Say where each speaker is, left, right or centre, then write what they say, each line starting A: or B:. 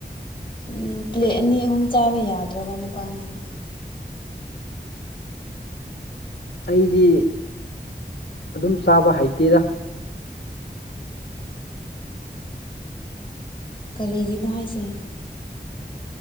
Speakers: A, on the left; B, on the left.
A: ꯎꯝ ꯄ꯭ꯂꯦꯠ ꯑꯅꯤ ꯑꯍꯨꯝ ꯆꯥꯕ ꯌꯥꯗ꯭ꯔꯕ ꯅꯨꯄꯥꯅꯅ
B: ꯑꯩꯗꯤ ꯑꯗꯨꯝ ꯆꯥꯕ ꯍꯩꯇꯦꯔ
A: ꯀꯔꯤꯒꯤꯅꯣ ꯍꯥꯏꯁꯦ